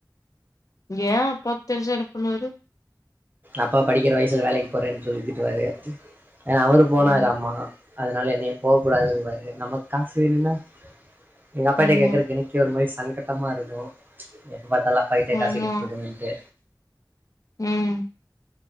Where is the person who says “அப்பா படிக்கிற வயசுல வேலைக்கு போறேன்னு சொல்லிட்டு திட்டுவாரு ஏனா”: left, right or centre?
Right